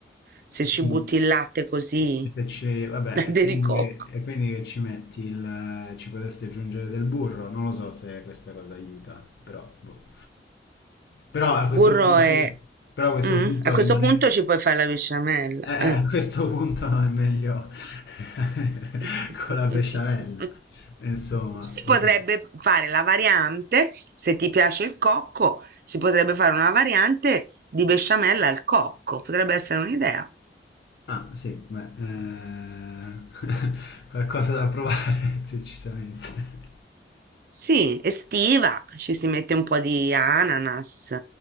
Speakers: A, on the right (about 55°); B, on the left (about 65°).
A: Se
B: e
A: ci
B: quindi-
A: butti il latte così,
B: E se ci, vabbè,
A: <laughs> latte
B: e quindi,
A: di cocco.
B: che- e quindi che ci metti il, ci potresti aggiungere del burro? Non lo so se questa cosa aiuta, però, boh. Però a questo
A: Burro
B: punto,
A: e
B: però a questo
A: Mh,
B: punto
A: a questo
B: rimane,
A: punto ci puoi fare la besciamella,
B: eh, eh,
A: eh.
B: a questo punto è meglio <laughs>
A: <laughs>
B: con la besciamella, insomma.
A: Si potrebbe
B: Ok.
A: fare la variante, se ti piace il cocco, si potrebbe fare una variante di besciamella al cocco, potrebbe essere un'idea.
B: Ah, sì, beh, eh, <laughs> qualcosa da provare, <laughs> decisamente.
A: Sì, estiva, ci si mette un po' di ananas,